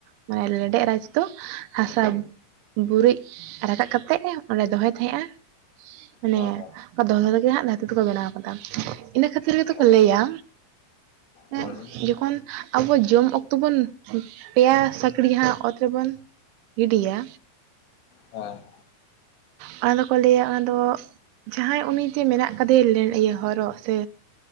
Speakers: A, on the right; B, on the left.
A: ᱢᱟᱱᱮ ᱞᱮᱸᱰᱮᱡ ᱨᱟᱡᱽ ᱫᱚ ᱦᱟᱥᱟ ᱵᱩᱨᱤᱡ ᱨᱟᱠᱟᱵ ᱠᱟᱛᱮᱜ ᱚᱸᱰᱮ ᱫᱚᱦᱚᱭ ᱛᱟᱦᱮᱸᱜᱼᱟ ᱢᱟᱱᱮ
B: ᱦᱮᱸ ᱦᱮᱸ
A: ᱠᱟ ᱫᱚᱦᱚ ᱞᱟᱜᱮ ᱦᱟᱸᱜ ᱫᱷᱟᱹᱨᱛᱤ ᱛᱮᱠᱚ ᱵᱮᱱᱟᱣ ᱟᱠᱟᱫᱟ ᱤᱱᱟᱹ ᱠᱷᱟᱹᱛᱤᱨ ᱜᱮᱛᱚ
B: ᱚ
A: ᱞᱟᱹᱭᱟ
B: ᱦᱮᱸ
A: ᱮᱸ ᱡᱚᱠᱷᱚᱱ ᱟᱵᱚ ᱡᱚᱢ ᱚᱠᱛᱚ ᱵᱚᱱ ᱯᱮᱭᱟ ᱥᱟᱹᱠᱲ ᱡᱟᱦᱟᱸ ᱚᱛ ᱨᱮᱵᱚᱱ ᱤᱰᱤᱭᱟ
B: ᱦᱮᱸ
A: ᱚᱱᱟ ᱫᱚᱠᱚ ᱞᱟᱹᱭᱟ ᱚᱱᱟ ᱫᱚ ᱡᱟᱦᱟᱸᱭ ᱩᱱᱤᱡᱮ ᱢᱮᱱᱟᱜ ᱠᱟᱫᱮᱭᱟ ᱤᱭᱟᱹ ᱦᱚᱨᱚᱜ ᱥᱮ